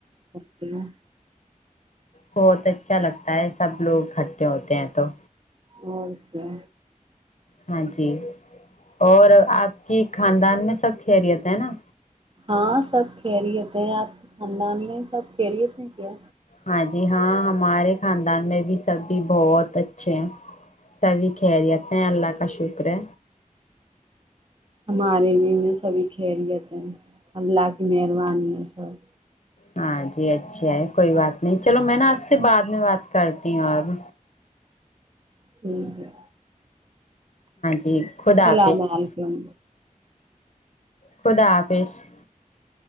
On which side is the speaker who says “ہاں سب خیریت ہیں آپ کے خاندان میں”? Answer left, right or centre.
Right